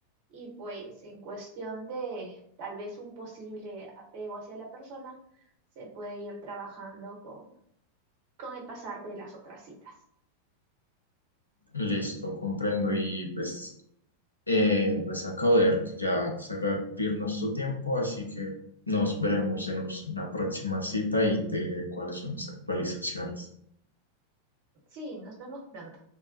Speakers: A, on the right; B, on the left.
A: Y pues en cuestión de tal vez un posible apego hacia la persona, se puede ir trabajando con, con el pasar de las otras citas.
B: Listo, comprendo. Y pues, eh, pues acabo de ver que ya se acaba de cumplir nuestro tiempo, así que nos veremos en us- una próxima cita y te diré cuáles son las actualizaciones.
A: Sí, nos vemos pronto.